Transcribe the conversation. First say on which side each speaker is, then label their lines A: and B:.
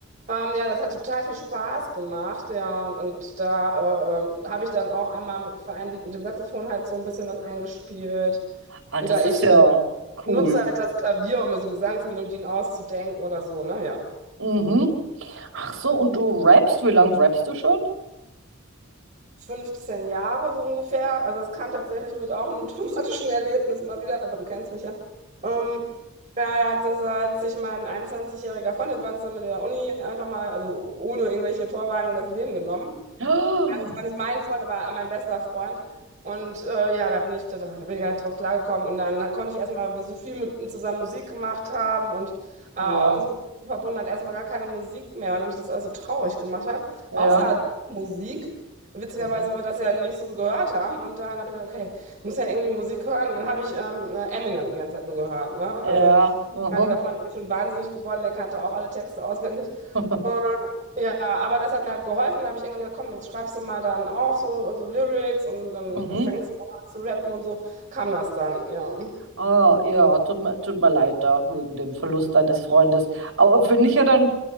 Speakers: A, on the right; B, on the right.
A: ähm, ja, das hat total viel Spaß gemacht, ja, und, und da äh, ähm, habe ich dann auch einmal mit Vereinlied mit dem Saxophon halt so ein bisschen was eingespielt.
B: Ah,
A: Oder
B: das ist
A: ich
B: ja
A: äh, nutze
B: cool.
A: halt das Klavier, um mir so Gesangsmelodien auszudenken oder so, ne, ja.
B: Mhm. Ach so, und du rappst, wie lange rappst du schon?
A: 15 Jahre so ungefähr, also es kam tatsächlich mit auch einem <laughs> traumatischen Erlebnis mal wieder, aber du kennst mich ja. Ähm, ja, da hat, das, hat sich mein 21-jähriger Freund, wir waren zusammen in der Uni, einfach mal, also ohne irgendwelche Vorwarnung, das Leben genommen.
B: <gasps>
A: Also, es war nicht mein Freund, aber mein bester Freund. Und äh, ja, da bin ich, da bin ich gar nicht drauf klargekommen. Und dann da konnte ich erstmal, weil wir so viel mit ihm zusammen Musik gemacht haben und äh,
B: Ja,
A: uns verbunden hat erstmal gar keine Musik mehr. Und dann mich das alles so traurig gemacht hat.
B: ja.
A: Außer Musik. Witzigerweise,
B: Aha.
A: weil wir das ja nicht so gehört haben. Und dann habe ich gedacht, okay, ich muss ja irgendwie Musik hören. dann habe ich ähm, Eminem die ganze Zeit nur gehört. Ne? Also
B: Ja, aha.
A: damaliger Freund ist echt schon wahnsinnig geworden, der kannte auch alle Texte auswendig.
B: <laughs>
A: Und, ja, aber das hat mir halt geholfen. Da habe ich irgendwann gedacht, komm, jetzt schreibst du mal dann auch so, so Lyrics und dann
B: Mhm.
A: fängst du auch an zu rappen und so kam das dann, ja.
B: Ah, ja, tut mir, tut mir leid da wegen dem Verlust deines Freundes. Aber finde ich ja dann